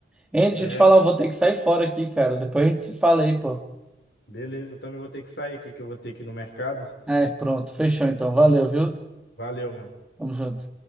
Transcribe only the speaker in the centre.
Hein, deixa
eu te falar, eu vou ter que sair fora aqui, cara. Depois a gente se fala aí, pô.
É, pronto, fechou então. Valeu, viu?
Tamo junto.